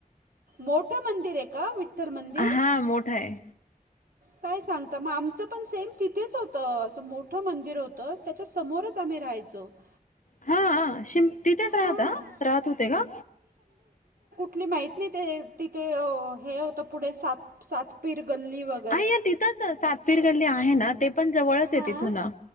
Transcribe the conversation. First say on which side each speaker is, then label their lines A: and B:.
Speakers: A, on the right; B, on the left.
A: मोठं मंदिरये का? विठ्ठल मंदिर?
B: हा मोठा आहे
A: काय सांगता, म आमचं पण सेम तिथेच होतं, असं मोठं मंदिर होतं, त्याच्या समोरच आम्ही राहायचो. <inaudible>
B: हा हा, शिंप... तिथेच राहता?
A: हां
B: राहत होते का?
A: तली माहित नाही, ते तिथे अ हे होतं पुढे सात सातपीर गल्ली वगैर
B: अय्या! ! तिथंच सातपीर गल्ली आहे ना, ते पण जवळचये
A: हां
B: तिथूनं.